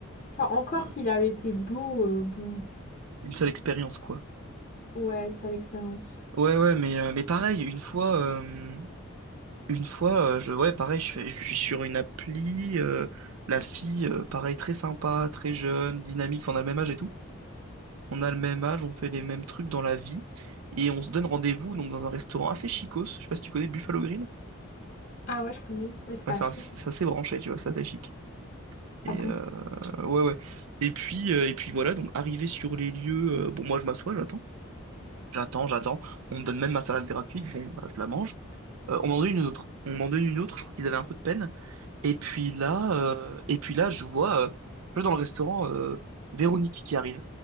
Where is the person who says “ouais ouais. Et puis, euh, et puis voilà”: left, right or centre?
Right